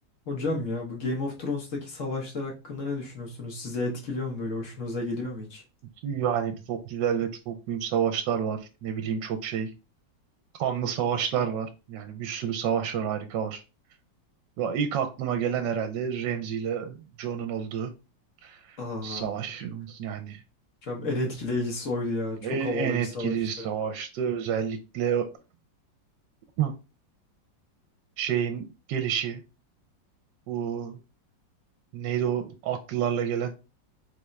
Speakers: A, on the left; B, on the right.
A: Hocam ya bu Game of Thrones'taki savaşlar hakkında ne düşünüyorsunuz? Sizi etkiliyor mu böyle? Hoşunuza gidiyor mu hiç?
B: Yani çok güzel ve çok büyük savaşlar var. Ne bileyim çok şey. Kanlı savaşlar var. Yani bir sürü savaş var harika var. Ve ilk aklıma gelen herhalde Remzi ile John'un olduğu
A: Aa,
B: savaş. Yani
A: hocam en etkileyicisi oydu ya. Çok
B: en,
A: havalı
B: en
A: bir
B: etkili
A: savaştı.
B: savaştı. Özellikle <clears throat> şeyin gelişi. Bu neydi o atlılarla gelen.